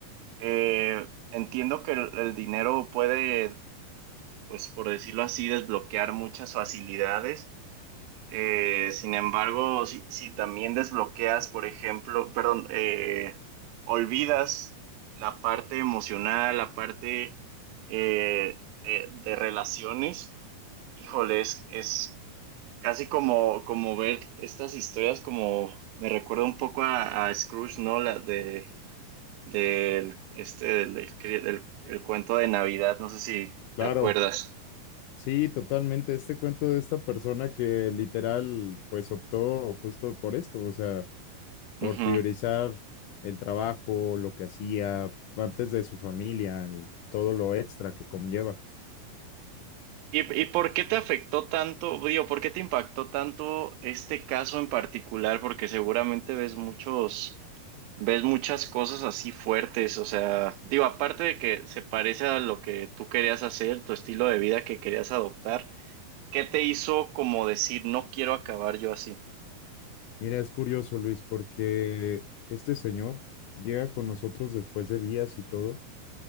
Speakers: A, on the right; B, on the left.
A: eh, entiendo que el, el dinero puede, pues por decirlo así, desbloquear muchas facilidades. Eh, sin embargo, si, si también desbloqueas, por ejemplo, perdón, eh, olvidas la parte emocional, la parte eh, eh, de relaciones, híjole, es, es casi como, como ver estas historias como me recuerda un poco a, a Scrooge, ¿no? La de del, este, del, del cri- del- el cuento de Navidad, no sé si te
B: claro.
A: acuerdas.
B: Sí, totalmente. Este cuento de esta persona que literal, pues optó justo por esto. O sea,
A: Ujú.
B: por priorizar el trabajo, lo que hacía antes de su familia y todo lo extra que conlleva.
A: ¿Y, y por qué te afectó tanto, digo, por qué te impactó tanto este caso en particular? Porque seguramente ves muchos, ves muchas cosas así fuertes, o sea, digo, aparte de que se parece a lo que tú querías hacer, tu estilo de vida que querías adoptar, ¿qué te hizo como decir, no quiero acabar yo así?
B: Mira, es curioso, Luis, porque este señor llega con nosotros después de días y todo,